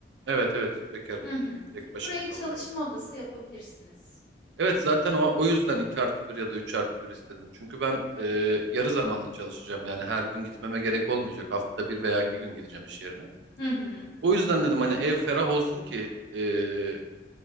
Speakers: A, on the right; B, on the left.
A: Evet evet bekarım.
B: Hı hı.
A: Tek başıma
B: Burayı
A: kalacağım.
B: çalışma
A: ben.
B: odası yapabilirsiniz.
A: Evet zaten o, o yüzden 2 artı bir ya da 3 artı bir istedim. Çünkü ben e, yarı zamanlı çalışacağım. Yani her gün gitmeme gerek olmayacak. Haftada bir veya iki gün gideceğim iş yerine.
B: Hı hı.
A: O yüzden dedim hani ev ferah olsun ki e,